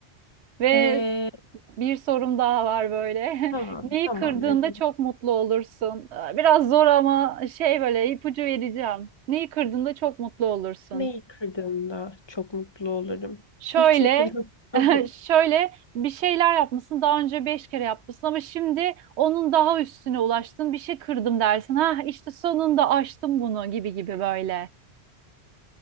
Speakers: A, on the right; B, on the left.
A: Ve
B: Ee,
A: bir sorum daha var böyle.
B: tamam
A: <laughs> Neyi
B: tamamdır.
A: kırdığında çok mutlu olursun? Aa, Biraz zor ama şey böyle ipucu vereceğim. Neyi kırdığında çok mutlu olursun?
B: Neyi kırdığımda çok mutlu olurum.
A: Şöyle,
B: Hiçbir şey kırdığımda.
A: <laughs> şöyle
B: <laughs>
A: bir şeyler yapmışsın. Daha önce beş kere yapmışsın ama şimdi onun daha üstüne ulaştın. Bir şey kırdım dersin. Ha işte sonunda aştım bunu gibi gibi böyle.